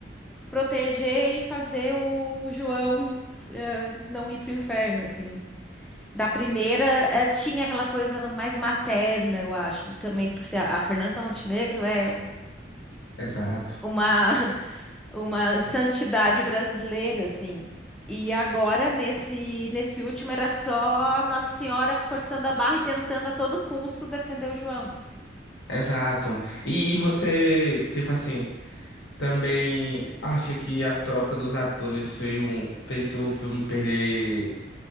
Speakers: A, in the centre; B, on the left.
A: proteger e fazer o João, eh, não ir pro inferno, assim. Da primeira, eh, tinha aquela coisa mais materna, eu acho. Também por ser a a Fernanda Montenegro é
B: Exato,
A: uma, <laughs> uma santidade brasileira, assim. E agora, nesse, nesse último, era só Nossa Senhora forçando a barra e tentando a todo custo defender o João.
B: exato. E, e você, tipo assim, também acha que a troca dos atores foi um, fez o filme perder,